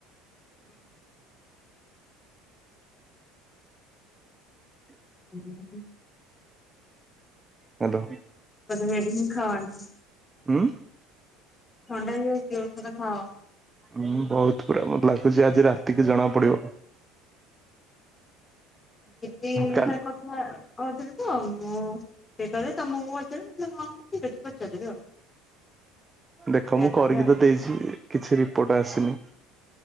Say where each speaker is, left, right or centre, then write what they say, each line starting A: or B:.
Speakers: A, on the left (about 25°); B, on the right (about 20°).
A: ହୁଁ ହୁଁ
B: ହ୍ୟାଲୋ।
A: ଖାେ ହିଁ ଖାନ୍ତି <inaudible>
B: ଉଁ
A: ଥଣ୍ଡା ହେଇଯାଉଛ ଔଷଧ ଖାଅ
B: ହଁ ବହୁତ ପୁରା ମତେ ଲାଗୁଛି ଆଜି ରାତିକି ଜଣା ପଡିବ
A: ହୁଁ ଏତିକି
B: କାଲି
A: ତାର କଥା କହୁଥିଲି ତ ମୁଁ ସେ କହିବି ତମକୁ ମୁଁ ଠିକ ଅଛି ପଚାରବି ଆଉ
B: ଦେଖ
A: ସେୟା
B: ମୁଁ କରିକି
A: କହିଲେ ଆଉ
B: ତ ଦେଇଛି କିଛି ରିପୋର୍ଟ ଆସିନି